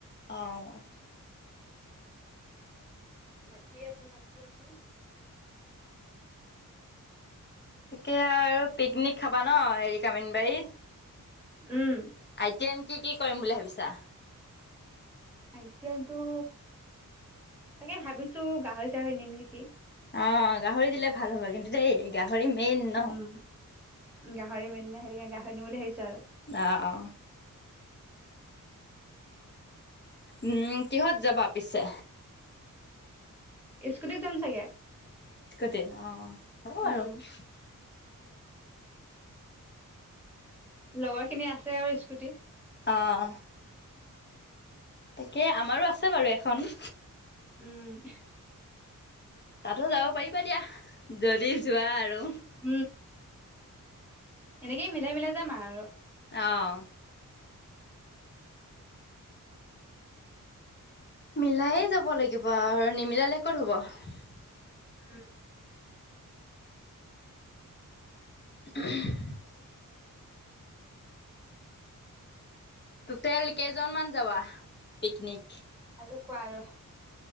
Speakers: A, on the left; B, in the centre.
A: অঁ আচছা
B: মতিি আছো মতি আছো
A: তাকে আৰু পিকনিক খাবা ন হেৰি কামিনবাৰীত
B: উম
A: আইটি এম কি কি কৰিম বুলি ভাবিছা
B: আয়ো তাকে ভাবিছো গাহৰি চাহৰি নিম নেকি
A: অ গাহৰি দিলে ভাল হ'ব কিন্তু দেই। গাহৰি মেইন ন।
B: উম। গাহৰি মেইন নে সেইটো কাৰণে গাহৰি নিম বুলি ভাবিছো আৰু।
A: আহ অ উম। কিহত যাবা পিছে?
B: স্কুটিত যাম চাগে।
A: অঁ হ'ব
B: উম
A: আৰু
B: লগৰ খিনি আছে আৰু স্কুটি।
A: অঁ তাকে আমাৰো আছে বাৰু এখন।
B: উম।
A: তাতো যাব পাৰিবা দিয়া। যদি যোৱা আৰু
B: উম। এনেকেই মিলাই মিলাই যাম আৰু
A: অঁ মিলাইয়ে যাব লাগিব আৰু নিমিলালে ক'ত হ'ব।
B: উম।
A: <unintelligible> টুটেল কেইজনমান যাবা পিকনিক?
B: আৰু কোৱা আৰু।